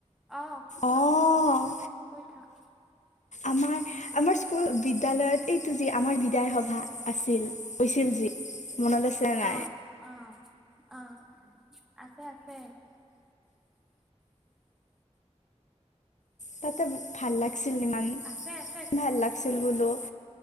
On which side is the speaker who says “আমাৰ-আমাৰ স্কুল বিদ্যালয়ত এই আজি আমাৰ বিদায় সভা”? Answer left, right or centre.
Left